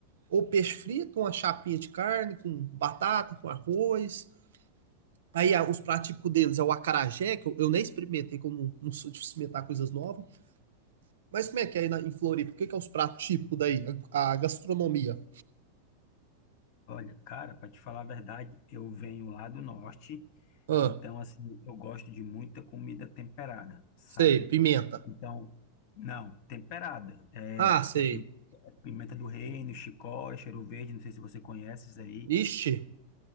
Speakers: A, on the right; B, on the left.
A: ou peixe frito, com uma chapinha de carne, com batata, com arroz, Aí ah, os pratos típicos deles é o acarajé, que eu, eu nem experimentei, que eu não, não sou de experimentar coisas novas. Mas como é que é aí na, em Floripa? O que, que é os pratos típicos daí? A, a gastronomia.
B: Olha, cara, para te falar a verdade, eu venho lá do norte,
A: Ah,
B: então, assim, eu gosto de muita comida temperada, sabe?
A: sei, pimenta.
B: Então, não, temperada. É,
A: Ah, sei.
B: é pi- é pimenta do reino, chicória, cheiro verde, não sei se você conhece isso aí.
A: Ixi.